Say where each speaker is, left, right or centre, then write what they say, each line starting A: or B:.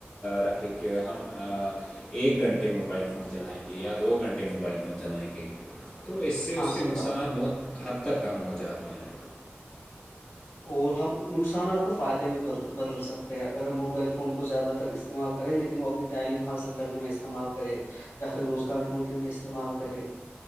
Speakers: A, on the left; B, on the left.
A: رکھے کہ ہم ایک گھنٹے موبائل فون چلائیں گے یا دو گھنٹے موبائل فون چلائیں گے تو اس سے
B: ہاں
A: اس کے
B: صحیح
A: نقصانات
B: بات ہے
A: بہت حد تک کم ہو جاتے ہیں
B: اور ہم نقصانات کو فائدے میں بدل سکتے ہیں اگر ہم موبائل فون کو زیادہ تر اس استعمال کریں لیکن وہ اپنی تعلیم حاصل کرنے میں استعمال کرے کیسے روزگار ڈھونڈیں گے استعمال کرے